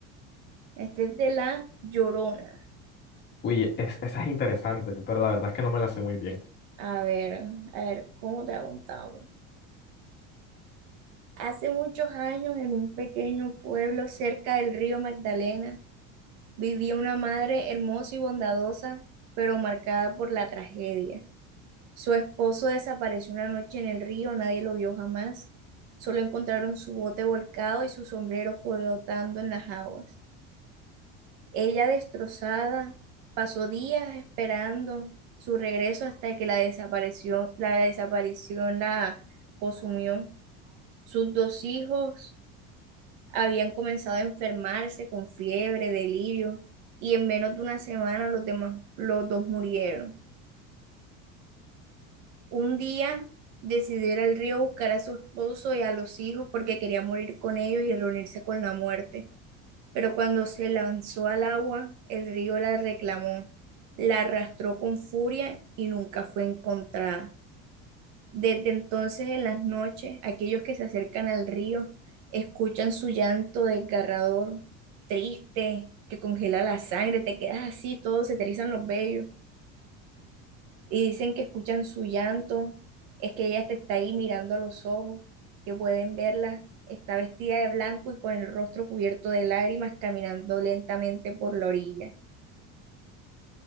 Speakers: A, on the right; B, on the left.
A: Este es de la Llorona.
B: Uy, es- esa es interesante, pero la verdad es que no me la sé muy bien.
A: A ver, a ver, ¿cómo te la contamos? Hace muchos años, en un pequeño pueblo cerca del río Magdalena, vivía una madre hermosa y bondadosa, pero marcada por la tragedia. Su esposo desapareció una noche en el río, nadie lo vio jamás. Solo encontraron su bote volcado y su sombrero flotando en las aguas. Ella destrozada, pasó días esperando su regreso hasta que la desaparición, la desaparición la consumió. Sus dos hijos habían comenzado a enfermarse con fiebre, delirio, y en menos de una semana los demás, los dos murieron. Un día decidió ir al río a buscar a su esposo y a los hijos porque quería morir con ellos y reunirse con la muerte. Pero cuando se lanzó al agua, el río la reclamó, la arrastró con furia y nunca fue encontrada. Desde entonces, en las noches, aquellos que se acercan al río escuchan su llanto desgarrador, triste, que congela la sangre, te quedas así, todos se te erizan los vellos y dicen que escuchan su llanto, es que ella te está ahí mirando a los ojos, que pueden verla, está vestida de blanco y con el rostro cubierto de lágrimas caminando lentamente por la orilla.